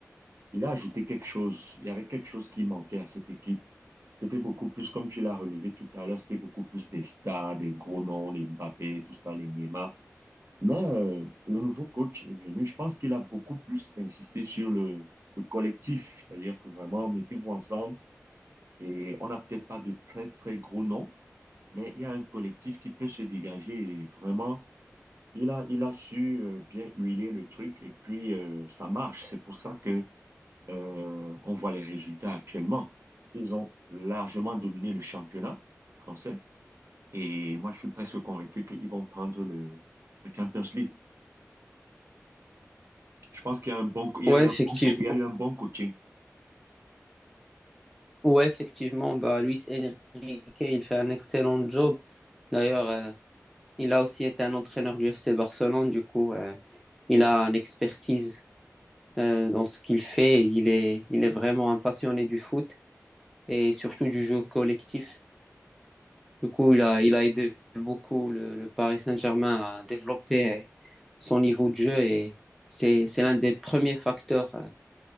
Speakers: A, on the right (about 55°); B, in the centre.
A: il a ajouté quelque chose. Il y avait quelque chose qui manquait à cette équipe. C'était beaucoup plus, comme tu l'as relevé tout à l'heure, c'était beaucoup plus des stars, des gros noms, les Mbappé, tout ça, les Neymar. Mais euh, le nouveau coach est venu. Je pense qu'il a beaucoup plus insisté sur le, le collectif, c'est-à-dire que vraiment, mettez-vous ensemble. Et on n'a peut-être pas de très, très gros noms, mais il y a un collectif qui peut se dégager. Et vraiment, il a, il a su euh, bien huiler le truc et puis euh, ça marche. C'est pour ça que euh, on voit les résultats actuellement. Ils ont largement dominé le championnat français. Et moi, je suis presque convaincu qu'ils vont prendre le, la Champions League. Je pense qu'il y a un bon, il
B: Ouais,
A: y a eu
B: effectivement.
A: un bon, il y a eu un bon coaching.
B: Ouais, effectivement, bah, Luis Enrique, il fait un excellent job. D'ailleurs, euh, il a aussi été un entraîneur du FC Barcelone. Du coup, euh, il a une expertise euh, dans ce qu'il fait. Il est, il est vraiment un passionné du foot et surtout du jeu collectif. Du coup, il a, il a aidé beaucoup le, le Paris Saint-Germain à développer euh, son niveau de jeu et c'est, c'est l'un des premiers facteurs euh,